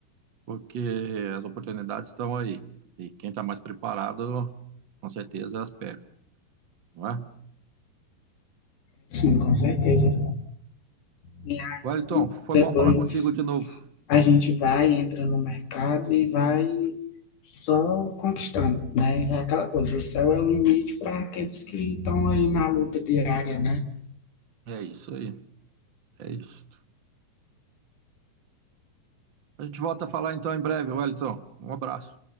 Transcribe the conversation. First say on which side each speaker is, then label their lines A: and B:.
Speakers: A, on the right; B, on the left.
A: porque as oportunidades estão aí. E quem está mais preparado, com certeza as pega, não é?
B: Sim, com certeza. E aí,
A: Wellington, foi
B: depois
A: bom falar contigo de novo.
B: a gente vai, entra no mercado e vai só conquistando, né? É aquela coisa, o céu é o limite para aqueles que estão aí na luta diária, né?
A: É isso aí, é isso. A gente volta a falar então em breve, Wellington. Um abraço.